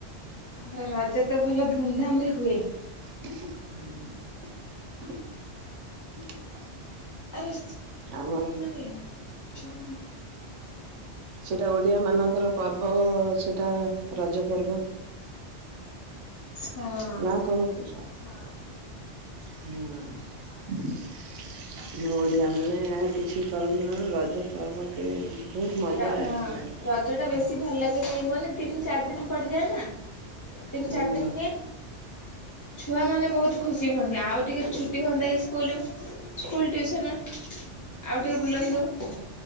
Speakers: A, on the left; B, on the right.
A: ଆମର ରଜ ତ ଭଲ ଧୁମ ଧାମ ରେ ହୁଏ।
B: ହୁଁ <inaudible> <inaudible>
A: ଆରେ
B: ଆମର
A: <inaudible> ଛ <inaudible>
B: ସେଟା ଓଡିଆ ମାନଙ୍କର ପର୍ବ ସେ ଏଟା ରଜ ପର୍ବ।
A: ହଁ
B: ନା କଣ ପୁଛ
A: ହଁ।
B: ହଁ ମ ଓଡ଼ିଆ ମାନ କିଛି କରନ୍ତି ନାହି ରଜ ପର୍ବ କି ବହୁତ ମଜା
A: ହଁ
B: ଲାଗେ।
A: ରଜ ଟା ବେଶୀ ଭଲ ଲାଗେ କାହିଁ କୁହନି ତିନି ଚାରି ଦିନ ପଡ଼ିଯାଏ ନା। ତିନି
B: ହଁ
A: ଚାରି ଦିନ ହୁଏ ଛୁଆ ମାନେ ବହୁତ ଖୁସି ହୁଅନ୍ତି ଆଉ ଟିକେ ଛୁଟି ହୁଅନ୍ତା କି ସ୍କୁଲ ସ୍କୁଲ ଟିଉସନ। ଆଜି ଆଣିଛନ୍ତି ଇଁ